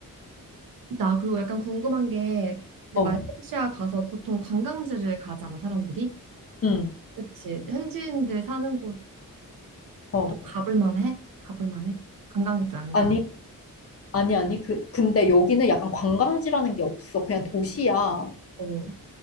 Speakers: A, on the right; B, on the left.
A: 나 그리고 약간 궁금한 게 근데
B: 어,
A: 말레이시아 가서 보통 관광지를 가잖아, 사람들이.
B: 응,
A: 그치. 현지인들 사는 곳도
B: 어.
A: 가볼 만해? 가볼 만해? 관광객들 안
B: 아니,
A: 가는.
B: 아니, 아니. 그, 근데 여기는 약간 관광지라는 게 없어. 그냥 도시야.
A: 어,